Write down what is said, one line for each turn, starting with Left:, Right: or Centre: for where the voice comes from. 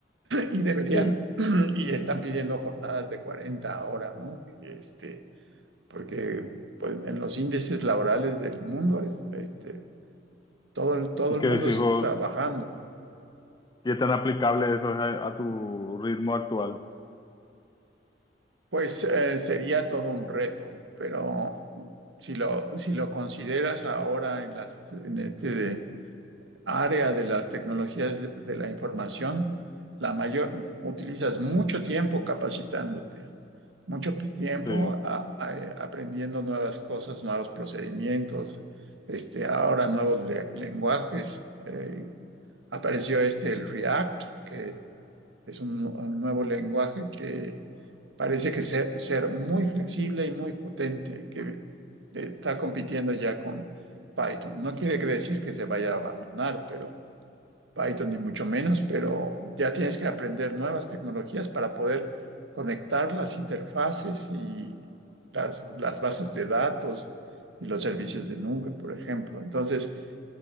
Right: y deberían,
Left: sí.
Right: <clears throat> y están pidiendo jornadas de 40 horas, ¿no? Este, porque pues, en los índices laborales del mundo, es- este, todo, el- todo
Left: ¿Y
Right: el
Left: qué
Right: mundo
Left: decís
Right: se
Left: vos?
Right: está bajando
Left: ¿Qué tan aplicable eso es a, a tu ritmo actual?
Right: Pues eh, sería todo un reto, pero si lo, si lo consideras ahora en las, en este área de las tecnologías de de la información, la mayor, utilizas mucho tiempo capacitándote, mucho pi- tiempo
Left: Sí.
Right: a- a- eh, aprendiendo nuevas cosas, nuevos procedimientos, este, ahora nuevos le- lenguajes. Eh, apareció este, el React, que es, es un, un nuevo lenguaje que parece que ser, ser muy flexible y muy potente, que está compitiendo ya con Python. No quiere decir que se vaya a abandonar, pero Python ni mucho menos, pero ya tienes que aprender nuevas tecnologías para poder conectar las interfaces y las, las bases de datos y los servicios de nube, por ejemplo. Entonces,